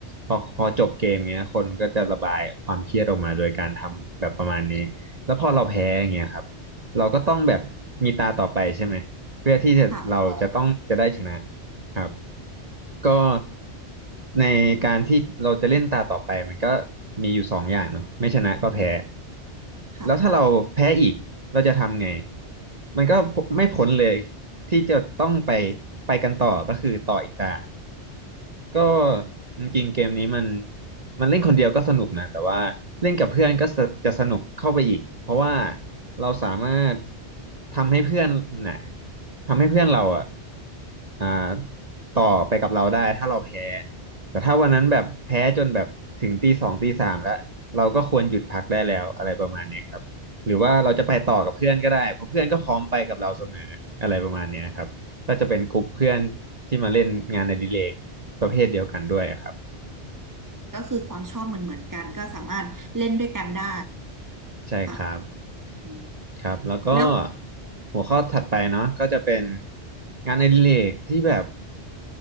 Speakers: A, on the right; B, on the right.
A: พอพอจบเกมเงี้ยคนก็จะระบายความเครียดออกมาโดยการทำแบบประมาณนี้แล้วพอเราแพ้อย่างเงี้ยครับเราก็ต้องแบบมีตาต่อไปใช่ไหมเพื่อที่จะเราจะต้องจะได้ชนะ
B: ค่ะ
A: ครับก็ในการที่เราจะเล่นตาต่อไปมันก็มีอยู่สองอย่างเนาะไม่ชนะก็แพ้
B: ค่ะ
A: แล้วถ้าเราแพ้อีกเราจะทำไงมันก็ไม่พ้นเลยที่จะต้องไปไปกันต่อก็คือต่ออีกตา ก็จริงๆเกมนี้มันมันเล่นคนเดียวก็สนุกนะแต่ว่าเล่นกับเพื่อนก็สจะสนุกเข้าไปอีกเพราะว่าเราสามารถทำให้เพื่อนน่ะทำให้เพื่อนเราอ่ะอ่าต่อไปกับเราได้ถ้าเราแพ้แต่ถ้าวันนั้นแบบแพ้จนแบบถึงตีสองตีสามแล้วเราก็ควรหยุดพักได้แล้วอะไรประมาณเนี้ยครับหรือว่าเราจะไปต่อกับเพื่อนก็ได้เพราะเพื่อนก็พร้อมไปกับเราเสมออะไรประมาณเนี้ยครับก็จะเป็นกลุ่มเพื่อนที่มาเล่นงานอดิเรก ประเภทเดียวกันด้วยครับ
B: ก็คือความชอบเหมือนเหมือนกันก็สามารถเล่นด้วยกันได้
A: ใช่ครับ
B: ค่ะอืม
A: ครับแล้วก็
B: แล้ว
A: หัวข้อถัดไปเนาะก็จะเป็นงานอดิเรกที่แบบ